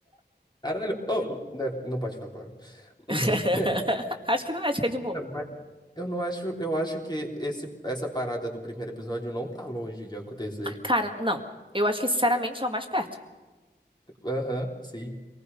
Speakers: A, on the left; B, on the right.
A: Caralho. Oh, né, não pode falar, claro. <laughs>
B: <laughs> Acho que não é, acho que é de boa.
A: Mas Eu não acho. Eu acho que esse, essa parada do primeiro episódio não tá longe de acontecer.
B: Cara, não. Eu acho que, sinceramente, é o mais perto.
A: Aham, sim.